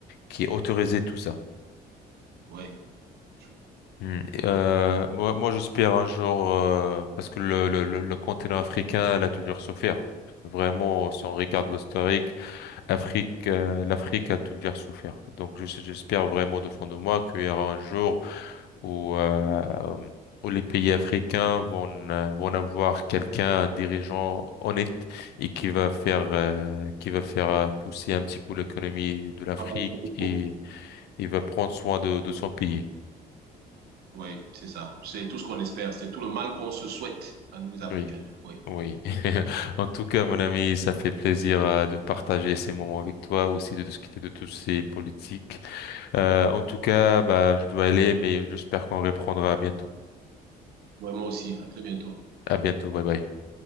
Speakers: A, on the left (about 75°); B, on the right (about 70°).
A: qui autorisait tout ça.
B: Ouais, je
A: Hmm. Et,
B: comprends.
A: euh, moi, moi j'espère un jour, euh, parce que le, le, le le continent africain, elle a toujours souffert. Vraiment, si on regarde l'historique, Afrique, euh, l'Afrique a toujours souffert. Donc, je- j'espère vraiment de fond de moi qu'il y aura un jour où, euh, où les pays africains vont, euh, vont avoir quelqu'un, un dirigeant honnête et qui va faire, euh, qui va faire euh, pousser un petit peu l'économie de l'Afrique
B: Travail pour
A: et il va prendre soin de, de son pays.
B: tout. Ouais, c'est ça. C'est tout ce qu'on espère. C'est tout le mal qu'on se souhaite à nous, les Africains.
A: Oui,
B: Oui.
A: oui. <laughs> En tout cas, mon ami, ça fait plaisir euh, de partager ces moments avec toi, aussi de discuter de tous ces politiques. Euh, en tout cas, bah, je dois aller, mais j'espère qu'on reprendra bientôt.
B: Ouais, moi aussi. À très bientôt.
A: À bientôt. Bye bye.